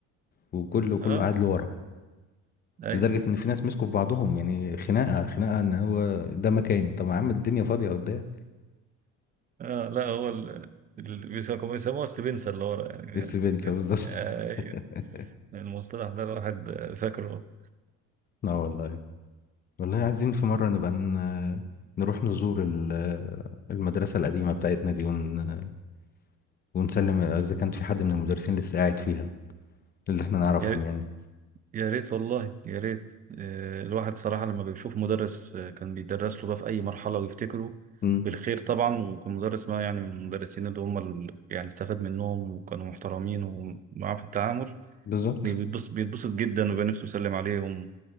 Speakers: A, on the left; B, on the right.
A: وكله كله
B: اه
A: قاعد لورا
B: اي
A: لدرجة إن في ناس مسكوا في بعضهم يعني خناقة خناقة إن هو ده مكاني طب يا عم الدنيا فاضية قدام
B: اه لا هو ال- ال- بيسموه- بيسموها السبنسة اللي ورا يعني
A: إيه
B: يعني
A: السبنسر
B: كان
A: بالظبط
B: ايوه
A: <laughs>
B: المصطلح ده الواحد فاكره
A: لا والله والله عايزين في مرة نبقى ن- نروح نزور ال- المدرسة القديمة بتاعتنا دي ون... ونسلم إذا كان في حد من المدرسين لسه قاعد فيها اللي إحنا نعرفهم
B: يعني
A: يعني
B: يا ريت والله يا ريت آه، الواحد صراحة لما بيشوف مدرس آه، كان بيدرس له بقى في أي مرحلة ويفتكره
A: مم.
B: بالخير طبعا ويكون مدرس ما يعني من المدرسين اللي هم ال- يعني استفاد منهم وكانوا محترمين ومعاه في التعامل
A: بالظبط
B: بيتبسط بيتبسط جدا ويبقى نفسه يسلم عليهم